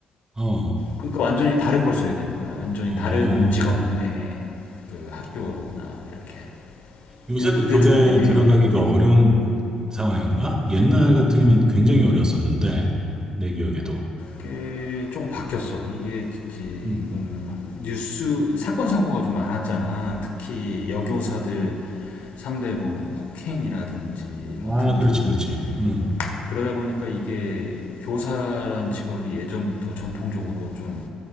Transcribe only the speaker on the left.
그러니까 완전히 다른 걸 써야 되는 거야. 완전히
다른 직업군의 그 학교나 이렇게.
그래서 그게
조금 애매하더라고.
그게 조금 바뀌었어. 이게 지금
뉴스 사건 사고가 좀 많았잖아. 특히 여교사들 상대로 뭐 폭행이라든지 뭐
등등.
그러다 보니까 이게 교사란 직업이 예전부터 전통적으로 좀